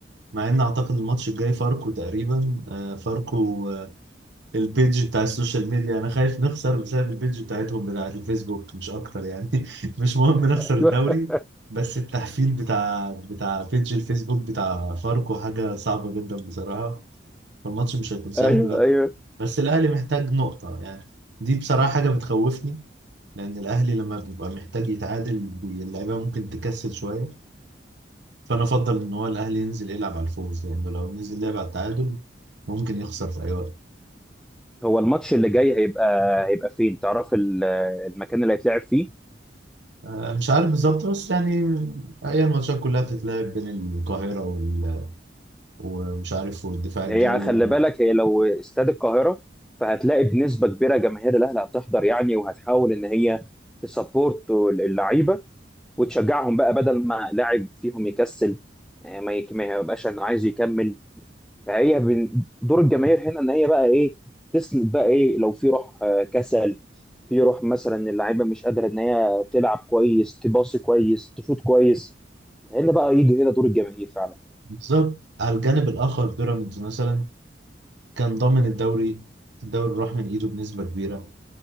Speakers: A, on the right (about 75°); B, in the centre.
A: مع إن أعتقد الماتش الجاي فاركو تقريبا آه، فاركو البيج بتاع السوشيال ميديا انا خايف نخسر بسبب البيج بتاعتهم بتاع الفيسبوك مش اكتر يعني <laughs> مش مهم نخسر
B: <laughs>
A: الدوري بس التحفيل بتاع بتاع بيج الفيسبوك بتاع فاركو حاجة صعبة جدا بصراحة فالماتش مش هيكون سهل
B: أيوه
A: بقى.
B: أيوه
A: بس الاهلي محتاج نقطة يعني دي بصراحة حاجة بتخوفني لان الاهلي لما بيبقى محتاج يتعادل بي- اللعيبة ممكن تكسل شوية فانا افضل ان هو الاهلي ينزل يلعب على الفوز لانه لو نزل لعب على التعادل ممكن يخسر في اي وقت
B: هو الماتش اللي جاي هيبقى هيبقى فين تعرف ال- المكان اللي هيتلعب فيه
A: آه، مش عارف بالظبط بس يعني هي الماتشات كلها بتتلعب بين القاهرة وال... ومش عارف والدفاع الجوي
B: هي خلي بالك هي لو استاد القاهرة فهتلاقي بنسبة كبيرة جماهير الأهلي هتحضر يعني وهتحاول إن هي تسبورت اللعيبة وتشجعهم بقى بدل ما لاعب فيهم يكسل آه، ما يك- ما يبقاش إنه عايز يكمل فهي بن- دور الجماهير هنا إن هي بقى إيه تسند بقى إيه لو في روح آه، كسل في روح مثلا اللعيبة مش قادرة إن هي تلعب كويس تباصي كويس تشوط كويس هنا بقى يجي هنا دور الجماهير فعلا
A: بالظبط على الجانب الآخر بيراميدز مثلا كان ضامن الدوري الدوري راح من إيده بنسبة كبيرة